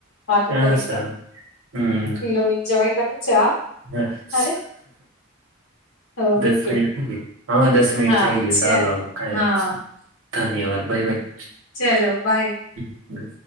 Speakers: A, on the left; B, on the right.
A: વાતો
B: હા
A: કરીને
B: સર હમ
A: પેલો એન્જોય કરો ચા
B: હ
A: અરે ઓકે
B: દસ મિનિટ થ ગ હા દસ મિનિટ
A: હા
B: થઇ ગયા
A: ચાલ
B: ચાલો ખાય
A: હા
B: ધન્યવાદ બાય બાય
A: ચલો બાય
B: બ